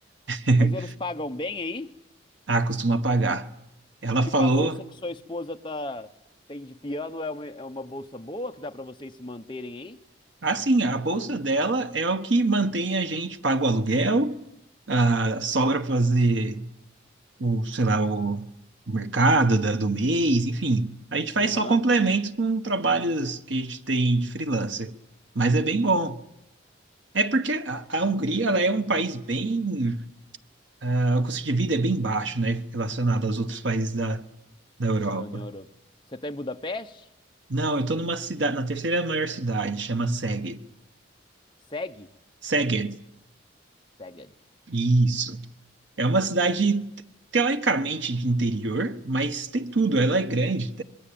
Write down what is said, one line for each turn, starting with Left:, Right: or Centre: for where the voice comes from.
Right: <laughs>
Left: Mas eles pagam bem aí?
Right: ah, costuma pagar. Ela
Left: Tipo
Right: falou,
Left: a bolsa que sua esposa tá tem de piano é uma, é uma bolsa boa que dá pra vocês se manterem aí?
Right: assim, a bolsa dela é o que mantém a gente, paga o aluguel. ah, sobra para fazer o, sei lá, o, o mercado da- do mês, enfim. A gente faz
Left: Aham.
Right: só complementos com trabalhos que a gente tem de freelancer. Mas é bem bom. É porque a, a Hungria, ela é um país bem... ah, o custo de vida é bem baixo, né? Relacionado aos outros países da, da Europa.
Left: Da União Europeia. Você tá em Budapeste?
Right: Não, eu tô numa cidade, na terceira maior cidade, chama Szeged.
Left: Segue?
Right: Szeged,
Left: Seged.
Right: isso. É uma cidade teoricamente de interior, mas tem tudo. Ela é grande,